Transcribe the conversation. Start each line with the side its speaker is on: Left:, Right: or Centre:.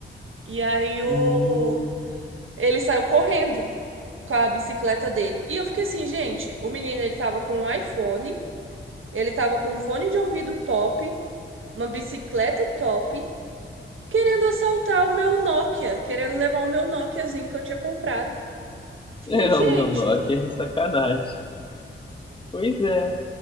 Right: E aí o
Left: Hum.
Right: Ele saiu correndo com a bicicleta dele. E eu fiquei assim, gente, o menino ele tava com um iPhone, ele tava com um fone de ouvido top, uma bicicleta top, querendo assaltar o meu Nokia, querendo levar o meu Nokiazinho que eu tinha comprado. Fiquei,
Left: É,
Right: gente,
Left: o meu nó aqui é sacanagem. Pois é.